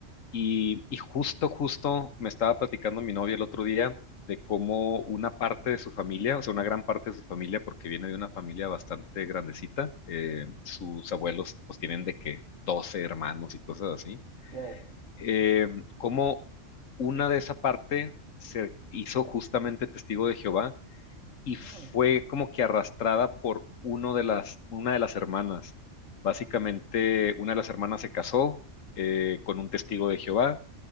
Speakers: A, on the left (about 85°); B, on the right (about 75°).
A: Y, y justo, justo me estaba platicando mi novia el otro día de cómo una parte de su familia, o sea, una gran parte de su familia, porque viene de una familia bastante grandecita, eh,
B: Ya.
A: sus abuelos pues tienen de que 12 hermanos y cosas así
B: Wow.
A: eh, cómo una de esa parte se hizo justamente testigo de Jehová y fue
B: Ah,
A: como que arrastrada por uno de las, una de las hermanas. Básicamente, una de las hermanas se casó eh, con un testigo de Jehová